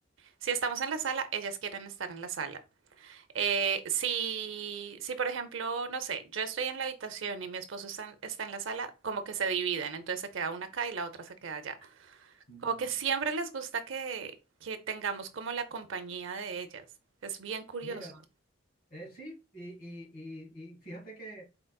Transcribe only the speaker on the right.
Si estamos en la sala, ellas quieren estar en la sala. Eh, si, si, por ejemplo, no sé, yo estoy en la habitación y mi esposo está, está en la sala, como que se dividen, entonces se queda una acá y la otra se queda allá.
Como que siempre les gusta que, que tengamos como la compañía de ellas. Es bien curioso.